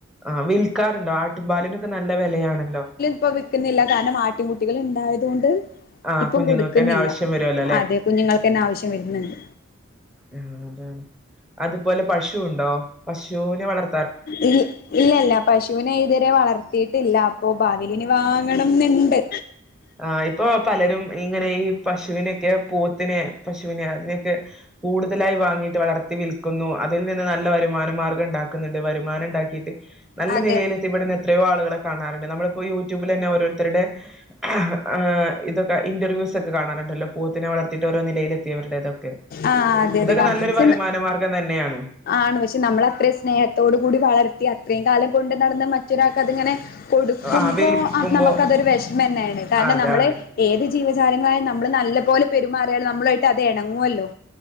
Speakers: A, in the centre; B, on the left.
A: ആ വിൽക്കാറുണ്ടോ? ആട്ടും പാലിനൊക്കെ നല്ല വെലയാണല്ലോ
B: പ്പൊ വിൽക്കുന്നില്ല കാരണം ആട്ടിൻകുട്ടികൾ ണ്ടായതോണ്ട്.
A: ആ
B: ഇപ്പം
A: കുഞ്ഞുങ്ങൾക്കന്നെ
B: കൊടുക്കുന്നില്ല.
A: ആവശ്യം വരുവല്ലോ അല്ലെ
B: അതെ, കുഞ്ഞുങ്ങൾക്കന്നെ ആവശ്യം വരുന്നുണ്ട്.
A: ആ അതാണ്. അതുപോലെ പശുണ്ടോ പശുനെ വളർ
B: ഇല്ലി ഇല്ല ഇല്ല പശുവിനെ ഇതുവരെ വളർത്തിയിട്ടില്ല. ഓ, ഭാവിൽ ഇനി വാങ്ങണം ന്നുണ്ട്.
A: ആഹ്, ഇപ്പൊ പലരും ഇങ്ങനെ ഈ പശുവിനൊക്കെ പോത്തിനെ. പശുവിനെ അതിനെയൊക്കെ കൂടുതലായി വാങ്ങിയിട്ട് വളർത്തി വിൽ ക്കുന്നു. അതിൽ നിന്ന് നല്ല വരുമാന മാർഗ്ഗം ഉണ്ടാക്കുന്നുണ്ട്. വരുമാനം ഉണ്ടാക്കിയിട്ട് നല്ല
B: അതെ
A: നിലയിൽ എത്തിപ്പെട് എത്രയോ ആളുകളെ കാണാറുണ്ട്. നമ്മളിപ്പോ യൂട്യൂബിലെന്നെ ഓരോരുത്തരുടെ ആ ഹ് ആ ഇതൊക്കെ ഇൻ്റർവ്യൂസൊക്കെ കാണാറുണ്ടല്ലോ പോത്തിനെ വളർത്തിയിട്ട് ഓരോ ത്തിയവരുടേതൊക്കെ
B: ആഹ് അതെ
A: അതൊക്കെ
B: അതെ കാണ
A: നല്ലൊരു വരുമാന മാർഗം തന്നെയാണ്.
B: ആണ് പക്ഷെ നമ്മൾ അത്രയും സ്നേഹത്തോടു കൂടി വളർത്തി അത്രയും കാലം കൊണ്ട് നടന്ന് മറ്റൊരാൾക്ക് അതിങ്ങനെ കൊടുക്കുമ്പോ
A: ആ വിൽക്കുമ്പോ
B: അ നമ്മക്കതൊരു വെഷമന്നെയാണ്. കാരണം
A: അതാണ്
B: നമ്മള് ഏത് ജീവചാലങ്ങളായും നമ്മള് നല്ലപോലെ പെരുമാറിയാല് നമ്മളു വായിട്ട് അത് ഇണങ്ങുവല്ലോ.